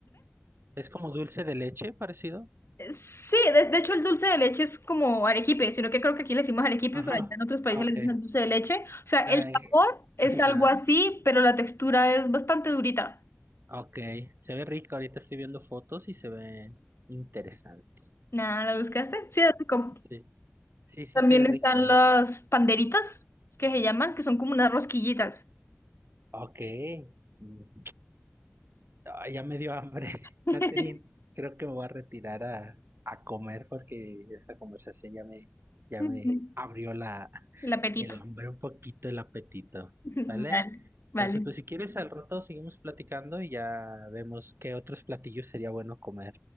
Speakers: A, on the right; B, on the left.
A: Es como dulce de leche, parecido.
B: Sí, de, de hecho el dulce de leche es como arequipe, sino que creo que aquí le decimos arequipe,
A: Ajá,
B: pero allá en otros países
A: Ah, ok.
B: le dicen dulce de leche. O sea,
A: Ay,
B: el sabor es algo
A: ah,
B: así, pero la textura es bastante durita.
A: ok, se ve rico. Ahorita estoy viendo fotos y se ve interesante.
B: Nada, ¿la buscaste? Sí, es rico.
A: Sí. Sí, sí
B: También
A: se ve rico.
B: están
A: ¿no?
B: las panderitas, es que se llaman, que son como unas rosquillitas.
A: Ok. Mm, ah, ya me dio hambre. <laughs>
B: <laughs>
A: Catherine, creo que me voy a retirar a, a comer porque esta conversación ya me, ya
B: Ujú.
A: me abrió la,
B: El apetito.
A: el hambre un poquito, el apetito.
B: <laughs>
A: ¿Sale?
B: Vale,
A: Entonces,
B: vale.
A: pues si quieres, al rato seguimos platicando y ya vemos qué otros platillos sería bueno comer.